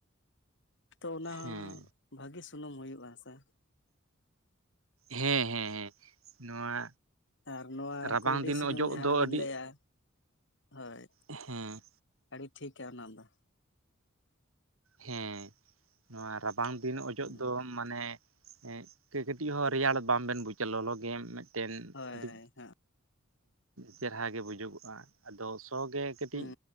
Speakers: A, on the left; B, on the right.
A: ᱛᱚ ᱚᱱᱟ
B: ᱦᱮᱸ
A: ᱵᱷᱟᱜᱤ ᱥᱩᱱᱩᱢ ᱦᱩᱭᱩᱜᱼᱟ ᱥᱮ
B: ᱦᱮᱸ ᱦᱮᱸ ᱦᱮᱸ ᱱᱚᱣᱟ
A: ᱟᱨ ᱱᱚᱣᱟ
B: ᱨᱟᱵᱟᱝ
A: ᱠᱩᱩᱭᱰᱤ
B: ᱫᱤᱱ
A: ᱥᱩᱱᱩᱢ
B: ᱚᱡᱚᱜ
A: ᱡᱟᱦᱟᱸ
B: ᱫᱚ
A: ᱵᱤᱱ
B: ᱟᱹᱰᱤ
A: ᱞᱟᱹᱭᱟ ᱦᱳᱭ
B: ᱦᱮᱸ
A: ᱟᱹᱰᱤ ᱴᱷᱤᱠᱟ ᱚᱱᱟ ᱫᱚ
B: ᱦᱮᱸ ᱱᱚᱣᱟ ᱨᱟᱵᱟᱝ ᱫᱤᱱ ᱚᱡᱚᱜ
A: ᱦᱩᱸ
B: ᱫᱚ ᱢᱟᱱᱮ ᱠᱟᱹᱴᱤᱡ ᱦᱚᱸ ᱨᱮᱭᱟᱲ ᱵᱟᱵᱮᱱ ᱵᱩᱡᱟ ᱞᱚᱞᱚ ᱜᱮᱢ ᱢᱤᱫᱴᱮᱱ
A: ᱦᱳᱭ
B: ᱟᱹᱰᱤ᱾
A: ᱦᱮᱸ
B: ᱪᱮᱨᱦᱟ ᱜᱮ ᱵᱩᱡᱩᱜᱚᱜᱼᱟ ᱟᱫᱚ ᱥᱚ ᱜᱮ ᱠᱟᱹᱴᱤᱡ
A: ᱦᱩᱸ